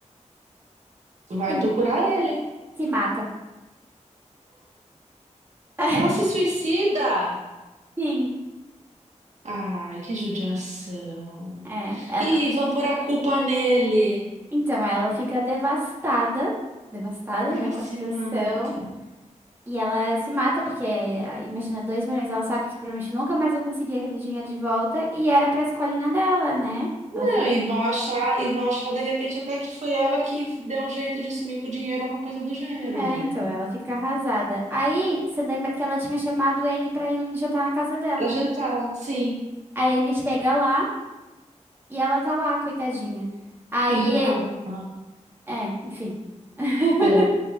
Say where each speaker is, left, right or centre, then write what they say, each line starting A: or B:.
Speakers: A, on the right (about 70°); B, on the right (about 20°).
A: Vai
B: Se,
A: procurar ele.
B: se mata. <laughs>
A: Ela se suicida!
B: Sim,
A: Ai, que judiação.
B: é, ela.
A: E vão pôr a culpa nele.
B: Então, ela fica devastada, devastada,
A: E
B: né,
A: ela
B: com
A: se
B: a situação.
A: mata.
B: E ela se mata, porque, eh, imagina, 2 milhões, ela sabe que provavelmente nunca mais eu conseguir aquele dinheiro de volta, e era pra escolinha dela, né?
A: Não,
B: Ela fica,
A: e vão achar, e vão achar de repente até que foi ela que deu um jeito de sumir com o dinheiro, alguma coisa do gênero,
B: é,
A: né?
B: então, ela fica arrasada. Aí, você lembra que ela tinha chamado ele pra ir jantar na casa dela.
A: Pra jantar, sim,
B: Aí ele chega lá, e ela tá lá, coitadinha. Aí,
A: pendurada.
B: ele-
A: Ah,
B: é, enfim. <laughs>
A: ah,